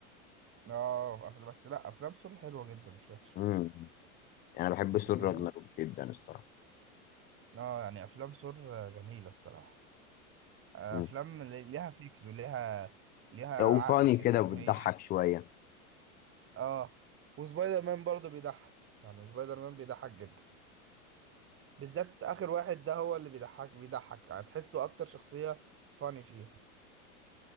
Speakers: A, on the right; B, on the left.
A: اه أف- بس لا افلام سور حلوه جدا مش وحشه
B: امم انا بحب
A: انت
B: ثور
A: فاهمني
B: راجناروك جدا الصراحه
A: اه يعني افلام سور آه، جميله الصراحه آه،
B: امم
A: افلام لي- ليها فكر وليها ليها
B: وفاني
A: عقل كده
B: كده
A: يعني
B: بتضحك
A: هي
B: شويه
A: اه وسبايدر مان برضه بيضحك يعني سبايدر مان بيضحك جدا بالذات اخر واحد ده هو اللي بيضحك بيضحك هتحسه اكتر شخصيه فاني فيهم